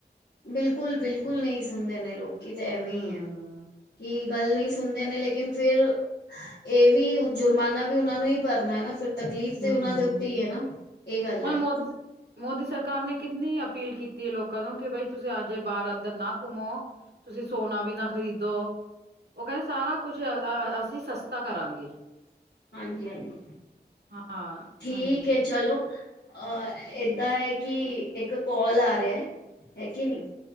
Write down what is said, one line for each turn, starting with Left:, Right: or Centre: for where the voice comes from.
Left: ਬਿਲਕੁਲ ਬਿਲਕੁਲ ਨੀ ਸੁਣਦੇ ਨੇ ਲੋਕੀ ਤਾਂ ਐਵੇਂ
Right: ਹਮ
Left: ਈ ਆ। ਕੀ ਗੱਲ ਨੀ ਸੁਣਦੇ ਨੇ ਲੇਕਿਨ ਫਿਰ ਇਹ ਵੀ ਜੁਰਮਾਨਾ ਵੀ ਉਹਨਾਂ ਨੂੰ ਈ ਭਰਨਾ ਐ ਨਾ ਫਿਰ ਤਕਲੀਫ਼ ਤੇ
Right: ਹਮ
Left: ਉਹਨਾਂ ਦੇ ਉੱਤੇ ਈ ਐ ਨਾ ਇਹ ਗੱਲ
Right: ਹੁਣ
Left: ਐ।
Right: ਮੋਦੀ ਮੋਦੀ ਸਰਕਾਰ ਨੇ ਕਿੰਨੀ ਅਪੀਲ ਕੀਤੀ ਐ, ਲੋਕਾਂ ਨੂੰ ਕਿ ਬਈ ਤੁਸੀਂ ਅਜੇ ਬਾਰ ਆ। ਇਧਰ ਨਾ ਘੁੰਮੋ, ਤੁਸੀਂ ਸੋਨਾ ਵੀ ਨਾ ਖਰੀਦੋ, ਉਹ ਕਹਿੰਦੇ ਸਾਰਾ ਕੁਝ ਅ ਅਸੀਂ ਸਸਤਾ ਕਰਾਂਗੇ।
Left: ਹਾਂਜੀ ਹਾਂਜੀ,
Right: ਹਾਂ
Left: ਠੀਕ
Right: ਹਾਂਜੀ
Left: ਐ ਚਲੋ। ਅਹ ਏਦਾਂ ਐ ਕਿ ਇੱਕ ਕੋਲ ਆ ਰਿਆ, ਹੈ ਕਿ ਨੀ